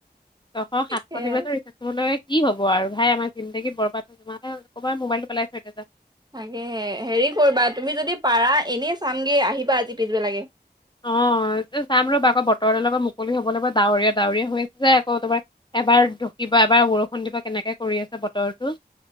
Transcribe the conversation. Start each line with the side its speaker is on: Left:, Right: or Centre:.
Left: ছশ সাতশ
Right: সেয়াই
Left: থাকিবটো ৰিচ কি হ'ব আৰু ভাই, আমাৰ জিন্দেগী বৰবাদ কৰবাৰ মোবাইলটো পেলাই থৈ দিওঁ যা।
Right: তাকে হেৰি কৰিবা তুমি যদি পাৰা এনেই চামগে আহিবা আজি পিছবেলাকে।
Left: অ যাম ৰ'বা আকৌ বতৰডালৰপ পৰা মুকলি হ'ব লাগিব ডাৱৰীয়া ডাৱৰীয়া হৈ আছে যে আকৌ তবাৰ এবাৰ ঢুকিব এবাৰ বৰষুণ দিব কেনেকে কৰি আছে বতৰটো।